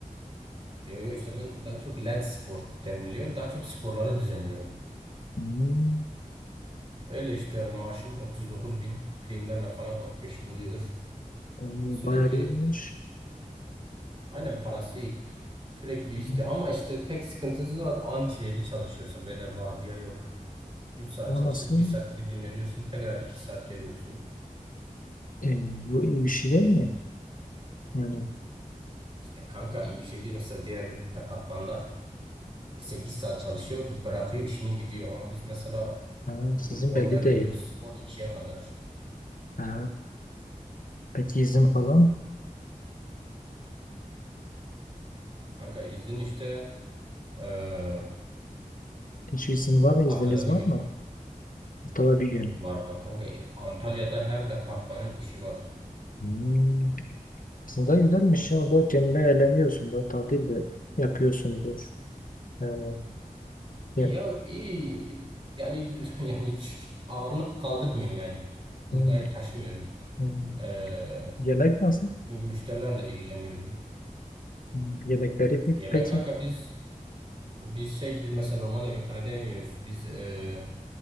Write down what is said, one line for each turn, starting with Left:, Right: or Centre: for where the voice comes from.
Right: Yo yo işte ben daha çok led spor deniliyor. Daha çok sporları düzenliyorum.
Left: Hmm.
Right: Öyle işte maaşım 39 bin. Primlerle falan 45'i buluyor.
Left: E,
Right: Sürekli
Left: bayağı iyiymiş.
Right: aynen parası iyi. Sürekli işte
Left: Hmm.
Right: ama işte tek sıkıntısı o antineli çalışıyorsun. Böyle vardiya yok. üç saat
Left: O
Right: çalışıp
Left: nasıl?
Right: bir saat gidip dinleniyorsun. Tekrar 2 saat geliyorsun.
Left: E, bu iyi bir şey değil mi? Yani
Right: İşte kanka iyi bir şey değil. Mesela diğer departmanlar 8 saat çalışıyor. Bırakıyor işini gidiyor. Ama biz mesela
Left: ha,
Right: m,
Left: sizin
Right: 10'da
Left: belli
Right: geliyoruz
Left: değil.
Right: on ikiye kadar.
Left: Ha, Peki izin falan?
Right: Kanka izin işte eee,
Left: Hiç izin var mı? İzniniz
Right: haftada bir
Left: var
Right: gün.
Left: mı? Haftada bir gün.
Right: Var var kanka. Antalya'da her departmanın işi var.
Left: Hmm. Aslında güzelmiş ya. Orada kendine eğleniyorsun da. Tatil de yapıyorsundur. Yani, ye-
Right: Ya iyi yani <laughs> yani hiç ağırlık kaldırmıyorum yani. Buğday
Left: hmm,
Right: taşımıyorum.
Left: hmm.
Right: Ee,
Left: Yemek nasıl?
Right: müşterilerle ilgileniyorum.
Left: Hmm, Yemekleri pe-
Right: Yemek
Left: peki?
Right: kanka biz biz şey biz mesela normal yemekhanede yemiyoruz. Biz ee,